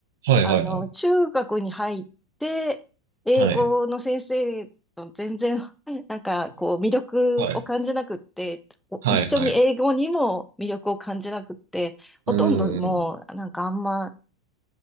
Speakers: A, on the right; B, in the centre.
A: はいはいはい。
B: あの、中学に入って、英語の先生と全然、
A: はい。
B: <laughs> なんかこう、魅力を感じなくって、
A: はい。
B: お一緒に英語にも魅力を感じなくって、
A: はいはい。
B: ほとんどもう、
A: うん。
B: なんかあんま